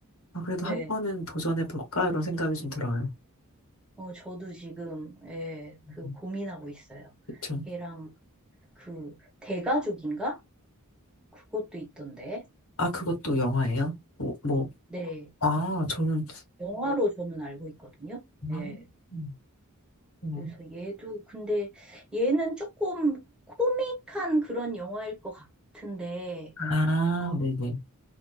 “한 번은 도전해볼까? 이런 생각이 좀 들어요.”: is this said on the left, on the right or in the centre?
Left